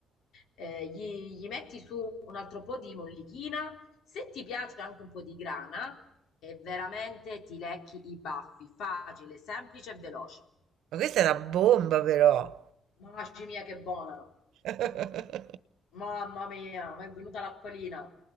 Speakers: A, on the left (about 75°); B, on the right (about 80°).
A: eh, gli, gli metti su un altro po' di mollichina, se ti piace anche un po' di grana e veramente ti lecchi i baffi, facile, semplice e veloce.
B: ma questa è una bomba però.
A: Mamma mia che buona,
B: <laughs>
A: mamma mia, mi è venuta l'acquolina,